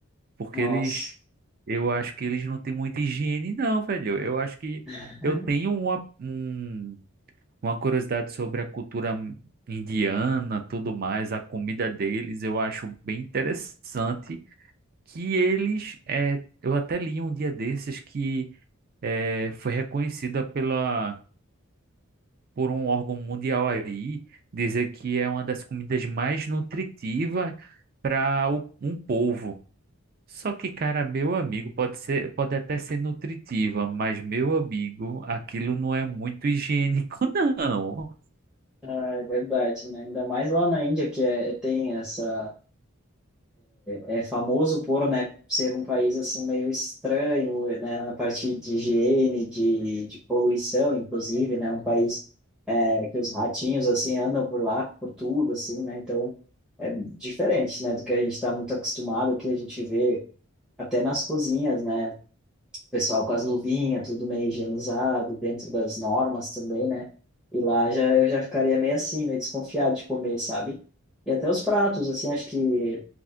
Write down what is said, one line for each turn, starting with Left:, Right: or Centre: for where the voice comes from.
Right: Porque
Centre: Nossa.
Right: eles, eu acho que eles não têm muita higiene, não, velho. Eu acho que
Centre: <laughs>
Right: eu tenho uma, um- uma curiosidade sobre a cultura indiana, tudo mais, a comida deles, eu acho bem interessante que eles, é, eu até li um dia desses que é, foi reconhecida pela, por um órgão mundial aí, dizer que é uma das comidas mais nutritivas para um povo. Só que, cara, meu amigo pode ser, pode até ser nutritiva, mas meu amigo, aquilo não é muito higiênico, <laughs> não.
Centre: Ah, é verdade, né? Ainda mais lá na Índia, que é, tem essa. É famoso por, né, ser um país assim meio estranho, né, na parte de higiene, de, de poluição, inclusive, né? Um país é, que os ratinhos, assim, andam por lá, por tudo, assim, né? Então, é diferente, né, do que a gente está muito acostumado, que a gente vê até nas cozinhas, né? pessoal com as luvinhas, tudo meio higienizado, dentro das normas também, né? E lá já eu já ficaria meio assim, meio desconfiado de comer, sabe? E até os pratos, assim, acho que